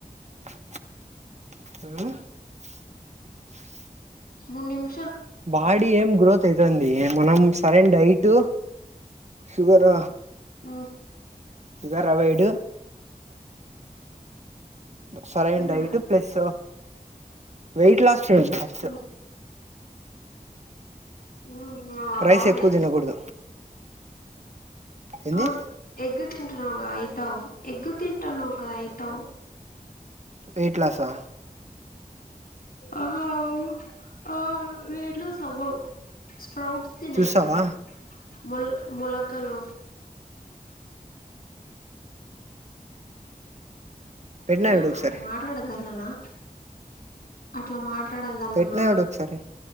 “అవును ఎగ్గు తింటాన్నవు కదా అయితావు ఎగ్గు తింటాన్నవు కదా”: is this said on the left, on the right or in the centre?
Left